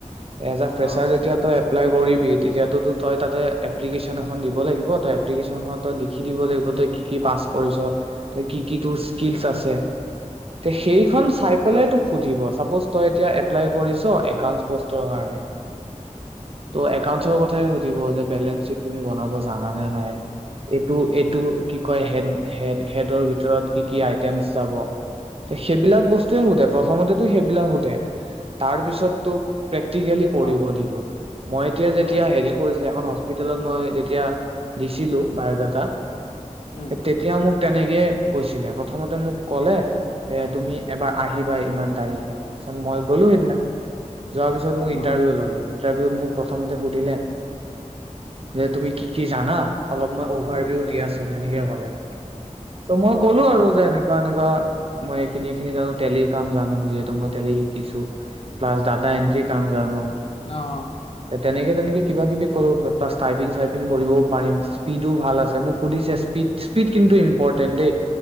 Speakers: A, on the right (about 45°); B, on the left (about 50°).
A: এজ আ ফ্ৰেচাৰ
B: অ
A: যেতিয়া তই এপ্লাই কৰিবি তেতিয়া টো তোক হয় তাতে এপ্লিকেচন এখন দিব লাগিব তই এপ্লিকেচন খনত লিখি দিব লাগিব তই কি কি পাঁচ কৰিছ কি কি তোৰ স্কিলছ আছে সেইখন চাই পেলাই তোক সুধিব চাপচ তই এতিয়া অপ্লাই কৰিছ একাওঁচ পোষ্ট কাৰণে ত' একাউঞ্চৰ কথা চাই সুধিব যে বেলেন্সচিত তুমি বনাব জনা নে নাই এইটো কি কয় হেড হেদৰ ভিতৰত কি কি আইটেম যাব সেইবিলাক বস্তুৱে হোধে প্ৰথমতে সেইবিলাক সোধে তাৰ পিছত তোক প্ৰেক্টিকেলি কৰিব
B: অ
A: দিব মই এতিয়া যেতিয়া
B: অ
A: হেৰি কৰিচিলো এখন হস্পিতেলত মই তেতিয়া দিছিলো বায়'ডাটা
B: উম
A: এ তেতিয়া মোক তেনেকে কৈছিলে প্ৰথমতে মোক কলে যে তুমি এবাৰ আহিবা ইমান তাৰিখে তাৰপিছত মই গ'লো সেইদিনা যোৱাৰ পিছত মোক ইণ্টাৰভিউ
B: অ
A: ল'লে ইণ্টাৰভিউত মোক প্ৰথমতে সুধিলে যে তুমি কি কি জানা অলপ মই অভাৰভিউ দিয়াচোন সেনেকে ক'লে ত মই কলো আৰু যে এনেকুৱা এনেকুৱা মই এইখিনি এইখিনি জানো তেলিৰ কাম জানো যিহেতু মই তেলি শিকিছো প্লাছ দা তা এণ্ট্ৰি কাম জানো
B: অ অ
A: তেনেকে তেনেকে কিবা কিবি কৰো প্লাছ টাইপিং চাইপিং কৰিব পাৰিম স্পীডো ভাল আছে মোক সুধিছে স্পীড স্পীড কিন্তু ইম্পৰ্টেণ্ট দেই